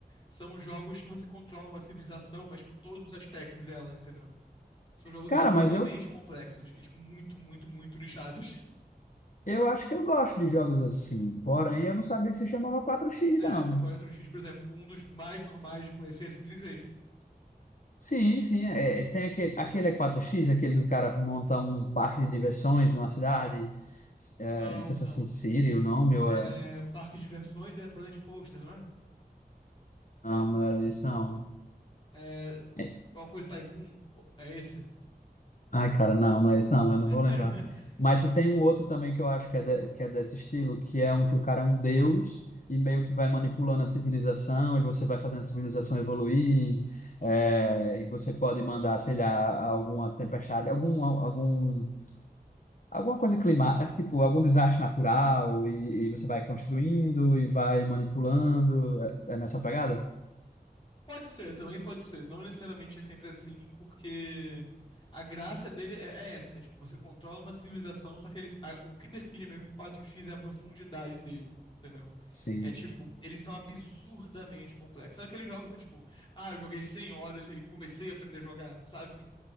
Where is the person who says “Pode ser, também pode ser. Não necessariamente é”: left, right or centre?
Left